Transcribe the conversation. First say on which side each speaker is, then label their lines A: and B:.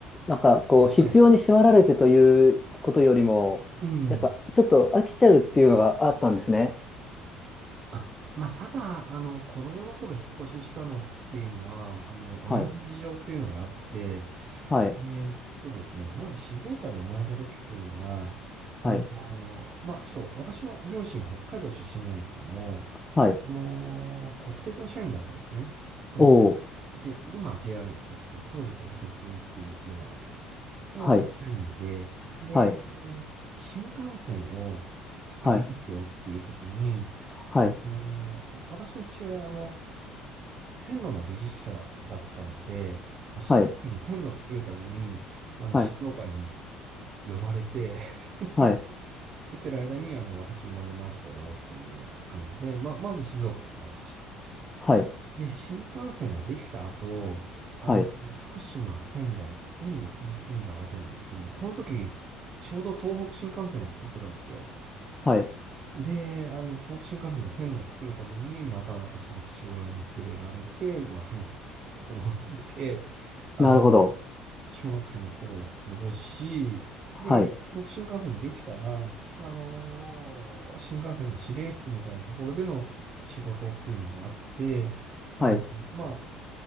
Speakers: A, on the left; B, on the right.
A: なんか、こう、必要に迫られてということよりも、
B: はい。うん。
A: やっぱ、ちょっと飽きちゃうっていうのがあったんですね。
B: あ、まあ、ただ、あの、子供の頃引っ越ししたのっていうのは、あの、
A: はい。
B: 親の事情っていうのがあって、
A: はい。
B: えーっとですね、まず静岡で生まれた時っていうのが、あの、
A: はい。
B: まあ、ちょっと私の両親北海道出身なんですけども、
A: はい。
B: あの、国鉄の社員だったんですね。と
A: おー。
B: J、今 JR ですよ。こう当時国鉄って呼ばれてる。の社員で、
A: はい。
B: で、
A: はい。
B: えー新幹線を作りますよっていう時に、
A: はい。はい。
B: あのー、私の父親は、あの、線路の技術者だったので、まあ、新幹線の線路を作るために、
A: はい。
B: あの、
A: はい。
B: 静岡に呼ばれて、<laughs> それで
A: はい。
B: 作ってる間に、あの、私生まれましたよっていうような感じで、まあ、まず静岡に生まれました。
A: はい。はい。
B: で、新幹線ができた後、あの、
A: はい。
B: 福島、仙台に移り住んだわけなんですけども、この時、ちょうど東北新幹線を作ってたんですよ。
A: はい
B: で、あの、東北新幹線の線路を作るために、また私の父親に連れられて、まあ、そのと、東北の方に行って、あの、
A: なるほど。
B: 小学生の頃を過ごし、
A: はい。
B: で、東北新幹線できたら、あのー新幹線の指令室みたいなところでの仕事っていうのがあって、あの、
A: はい。
B: まあ、